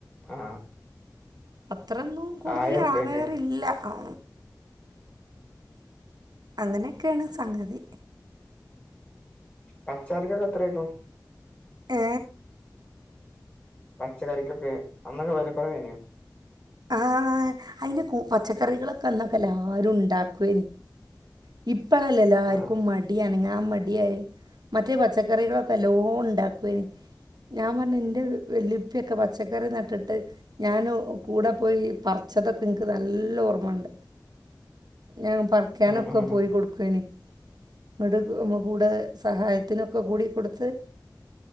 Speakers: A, on the left; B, on the right.
A: ആ
B: അത്രൊന്നും കൂടുതൽാകാറില്ല
A: ആയിരറുപ്യക്ക്
B: ഉ അങ്ങനെയൊക്കെയാണ് സംഗതി
A: പച്ചാറക്കൊക്കെ എത്രായിക്കും
B: ഏ
A: പച്ചക്കറിക്കൊക്കെ അന്നൊക്കെ വരെ കുറവനെയാ
B: ആഹ അയിെ പച്ചക്കറികളൊക്കെൊക്കെ എല്ലാരും ഉണ്ടാക്കുേനി ഇപ്പഴല്ല എല്ലാവർക്കും
A: ആഹ്
B: മട അണങ്ങ ൻ മടിയായി മറ്റേ പച്ചക്കറികളൊക്കെ എല്ലോ ഉണ്ടാക്കുന് ഞാൻ പറഞ്ഞ എന്റെ വല്ലിപ്പിയൊക്കെ പച്ചക്കറി നട്ടിട്ട് ഞൻ കൂടെ പോയി പറ പച്ചതൊക്കെ നിനിക്ക് നല്ല ഓർമ്മുണ്ട്
A: <unintelligible>
B: ഞാൻ പറക്കാനൊക്കെ
A: ഉം ഉം
B: പോയി കൊൊടുക്കുന് മടമ്മ കൂടെ സഹായത്തിനൊക്കെ കൂടി കൊടുത്ത്